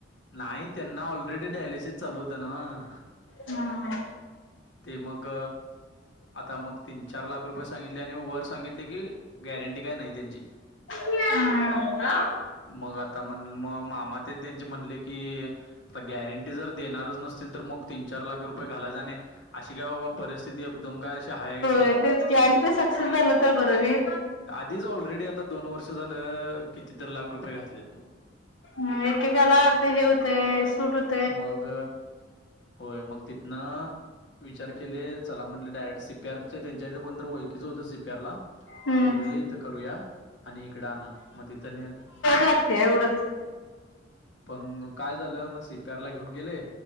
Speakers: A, on the left; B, on the left.
A: नाही त्यांना ऑलरेडी डायलिसिस चालू होत न व्हयं.
B: हा
A: ते मग आता मग तील चार लाख रुपये सांगितले, आणि वर सांगितले की गॅरंटी काय नाही त्यांची.
B: <unintelligible>
A: मग आता मण म मामांतेन त्यांचे म्हणले की आता गॅरंटी जर देणारच नसतील, तर मग तीन चार लाख रुपये घालायाच आणि अशी काय बाबा परिस्थिती एकदम काय अशी हाये
B: ते तेच की आणि ते सक्सेस झालं तर बरं रे.
A: दिज ऑलरेडी आता दोन वर्ष झालं, कितीतरी लाख रुपये घातलेत.
B: ह एकेकाला ते हे होतय सूट होत
A: मग! होय मग तिथंन विचार केले चला म्हणल डायेडं सिप त्यांच त्यांच्याकडं कोणतरी ओळखीच होतं सी पी आर ला.
B: हम्म
A: ते बोलले इथं करूया, आणि इकडे आणा म तिथं नेल.
B: सातीय एवढंच.
A: पण काय झालं म सि पी आर ला घेऊन गेले.